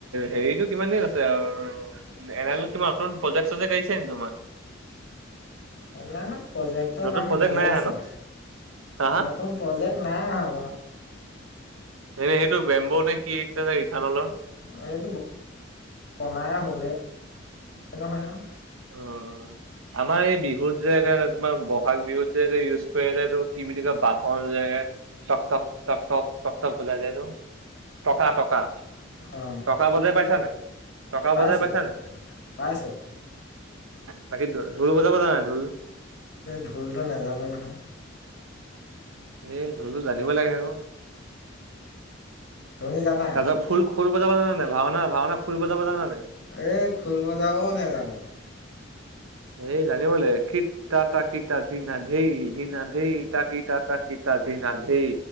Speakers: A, on the right; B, on the left.
A: হেৰিটো কিমান দিন আছে আৰু উ এনেহলে তোমাৰ নতুন প্ৰজেক্ট চজেক্ট আহিছে নি তোমাৰ।
B: <unintelligible> প্ৰজেক্টৰ
A: নতুন
B: কাম
A: প্ৰজেক্ট
B: হৈয়ে
A: নাই
B: আছে,
A: আহা ন? হা হা
B: নতুন প্ৰজেক্ট নাই অহা বাৰু।
A: এনে সেইটো বেম্বৌ নে কি আহিছিলে যে ইথানলৰ।
B: এইটো বনাই হলে নহয় আৰু।
A: অ আমাৰ এই বিহুত যে তমাৰ ব'হাগ বিহুত যে এ ইউজ কৰে যে টো কি বুলি কয় বাঁহৰ যে এইটো। তক তক তক তক তক তক বজাই যে এইটো। টকা টকা,
B: অঁ
A: টকা বজাই পাইছা নাই? টকা
B: পাইছোঁ
A: বজাই পাইছা নাই?
B: পাইছোঁ
A: বাকী ঢোল বজাব জান নাই ঢোল?
B: ঢোলটো নেজানো নহয়।
A: এ ঢোলটো জানিব লাগে আকৌ।
B: তুমি জানা
A: তাৰপিছত খোল খোল বজাব জানা নাই ভাওনা ভাওনা খোল বজাব জানা নাই?
B: এ খোল বজাবও নেজানো।
A: এই জানিব লাগিব খিত তা তা খিতা ধিনা ধেই ধিনা ধেই তাকি তা তা খিটা ধিনা ধেই,